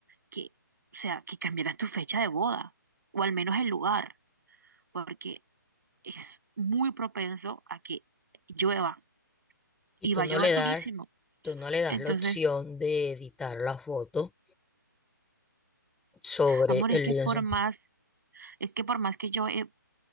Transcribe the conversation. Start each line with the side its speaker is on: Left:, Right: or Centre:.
Right: que, o sea, que cambiaras tu fecha de boda, o al menos el lugar, porque es muy propenso a que llueva y
Centre: Y tú
Right: va a
Centre: no
Right: llover
Centre: le das,
Right: durísimo.
Centre: tú no le das
Right: Entonces,
Centre: la opción de editar la foto sobre
Right: amor,
Centre: el
Right: es que
Centre: lienzo.
Right: por más, es que por más que yo he